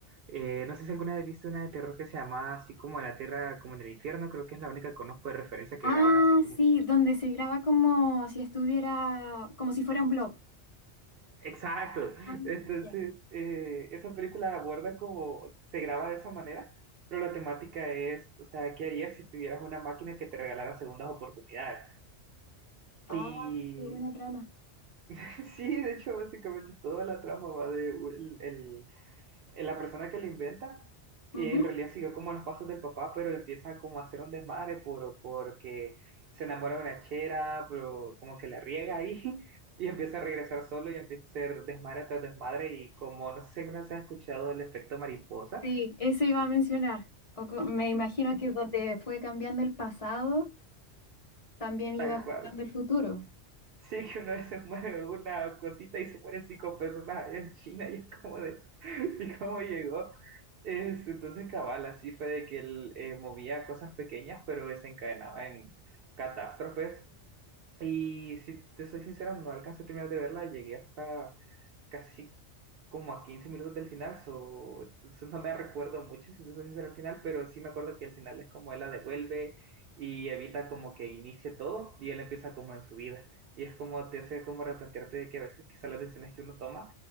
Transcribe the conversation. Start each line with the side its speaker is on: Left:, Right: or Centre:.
Right: eh, no sé si alguna vez has visto una de terror que se llama así como en la tierra, como en el infierno, creo que es la única que conozco de referencia que
Left: Ah,
Right: graban así como
Left: sí, donde se graba como si estuviera, como si fuera un blog.
Right: Exacto.
Left: Ah,
Right: Entonces,
Left: ya.
Right: eh, esa película aborda como se graba de esa manera, pero la temática es, o sea, ¿qué harías si tuvieras una máquina que te regalara segundas oportunidades?
Left: Ah,
Right: Y
Left: qué buena trama.
Right: <laughs> sí, de hecho, básicamente toda la trama va de el, el- eh, la persona que lo inventa eh,
Left: Ujú.
Right: en realidad siguió como los pasos del papá, pero empieza como a hacer un desmadre por, porque se enamora de una chera, pero como que la riega ahí <laughs> y empieza a regresar solo y empieza a hacer desmadre tras desmadre y como no sé si alguna vez has escuchado el efecto mariposa,
Left: Sí, eso iba a mencionar. O co- me imagino
Right: <laughs>
Left: que donde fue cambiando el pasado, también iba
Right: tal
Left: afectando
Right: cual.
Left: el futuro.
Right: Sí, que una vez se mueve una cosita y se mueren cinco personas allá en China y es como de, <laughs> ¿y cómo llegó? Este, entonces cabal, así fue de que él eh, movía cosas pequeñas pero desencadenaba en catástrofes y si te soy sincero no alcancé a terminar de verla, llegué hasta casi como a 15 minutos del final, so, entonces no me recuerdo mucho si te soy sincero al final, pero sí me acuerdo que el final es como él la devuelve y evita como que inicie todo y él empieza como en su vida. Y es como te hace como replantearte de que a veces quizás las decisiones que uno toma